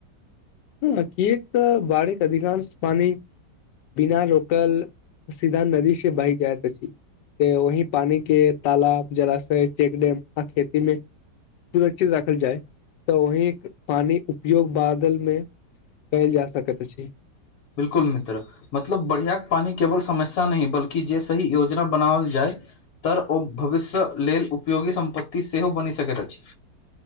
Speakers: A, on the left (about 75°); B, on the left (about 60°).
A: हँ कियाक तऽ बड़िक अधिकांश पानि बिना रोकल सीधा नदी से बहि जायत अछी उहेय पानी के तालब जलाशय चेक डैम अऽ खेती मे सुरक्षित राखल जाय तऽ वहिीं पानी उपयोग बादल मे कइल जा सकैत अछी
B: बिल्कुल मित्र मतलब बढ़िआँ पानि केवल समस्या नहि बल्कि जे सही योजना बनाओल जाय तऽ ओ भविष्य लेल उपयोगी सम्पत्ति सेहो बनि सकैत अछि